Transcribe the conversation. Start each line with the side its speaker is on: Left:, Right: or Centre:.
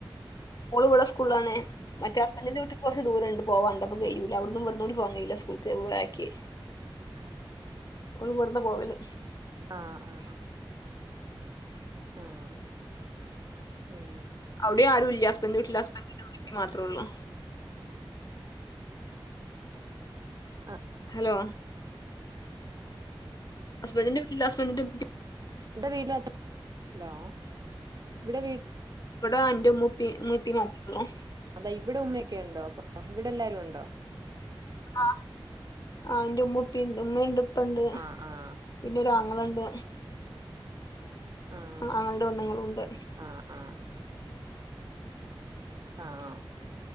Left: മോള് ഇവ്ടെ
Right: ആഹ്
Left: സ്കൂൾളാണ് മറ്റേ ഹസ്ബന്റിന്റെ വീട്ട്ക്ക് കൊർച്ച് ദൂരണ്ട് പോവാണ്ട് അപ്പ കെയ്യൂല അവടന്നും ഇവട്ന്നൂടി പോവാൻ കയ്യൂലാ സ്‌കൂൾക്ക് അപ്പൊ വ്ടെ ആക്കി
Right: ആ
Left: ഓള് ഇവിട്ന്നാ പോവല്
Right: ആഹ് ആഹ് ആഹ് ഉം
Left: അവിടിം ആരും ഇല്ല ഹസ്ബൻഡ് വീട്ട്ല് ഹസ്ബെന്റിന്റെ ഉഇമ്മീം ഇപ്പി മാത്രെള്ളൂ
Right: ആഹ്
Left: യോ ഹസ്ബന്റിന്റെ വീട്ടില് ഹസ്ബൻന്റിന്റെ മ്മീം
Right: ന്റെ വീട്ടിലാച്ച ഹലോ ഇവിടെ വീ
Left: ഇവടെ എന്റെ ഉമ്മുപ്പി മ്മുപ്പി മാത്രൊള്ളൂ
Right: അതാ ഇവ്വിടെ ഉമ്മയൊക്കെയുണ്ടോ അപ്പൊ ഇവിടെ എല്ലാരും ഉണ്ടോ
Left: ആഹ് ആഹ് ന്റു ഉമ്മുപ്പിണ്ട് ഉമ്മണ്ട് ഇപ്പണ്ട്
Right: ആഹ് ആഹ്
Left: പിന്നെ ഒരു ആങ്ങളണ്ട്
Right: ആഹ്
Left: ആങ്ങളന്റെ പെണ്ണ്ങ്ങളുണ്ട്
Right: ആഹ് ആഹ് ആഹ്